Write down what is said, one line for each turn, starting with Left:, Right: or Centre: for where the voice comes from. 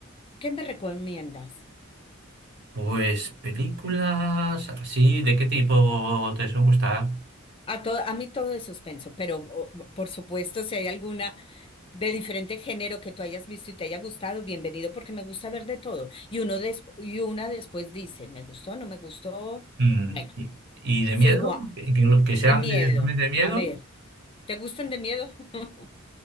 Left: qué me recomiendas?
Right: Pues películas así, ¿de qué tipo te suelen gustar?
Left: A, to- a mí todo es suspenso, pero o- por supuesto, si hay alguna de diferente género que tú hayas visto y te haya gustado, bienvenido, porque me gusta ver de todo. Y uno des- y una después dice, ¿me gustó? ¿No me gustó?
Right: Mm,
Left: Bueno,
Right: ¿Y, y de
Left: sí,
Right: miedo?
Left: o a-
Right: ¿Que, que- que sean
Left: de miedo.
Right: de, realmente de miedo?
Left: A ver, ¿te gustan de miedo? <laughs>